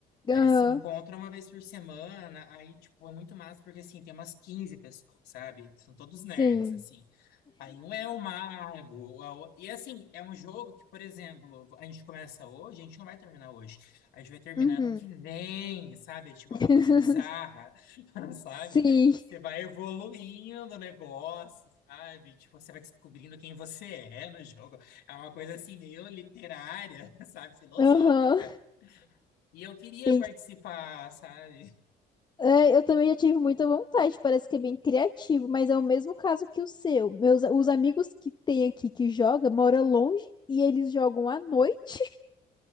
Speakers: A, on the left (about 75°); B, on the left (about 25°).
A: Aí
B: Aham.
A: eles se encontram uma vez por semana, aí, tipo, é muito massa, porque, assim, tem umas 15 pessoas, sabe? São todos
B: Sim.
A: nerds, assim. Aí um é o mago. a o- E assim, é um jogo que, por exemplo, a gente começa hoje, a gente não vai terminar hoje. A gente vai terminar
B: Uhum.
A: no que vem, sabe? É Tipo,
B: <laughs>
A: é uma coisa bizarra, <laughs> sabe?
B: Sim,
A: Você vai evoluindo o negócio, sabe? Tipo, você vai descobrindo quem você é no jogo. É uma coisa assim, meio literária, <laughs> sabe? Filosófica.
B: aham.
A: E eu queria
B: Tem
A: participar,
B: que...
A: sabe?
B: Ai, eu também já tive muita vontade, parece que é bem criativo, mas é o mesmo caso que o seu. Meus, os amigos que tem aqui que joga moram longe e eles jogam à noite. <laughs>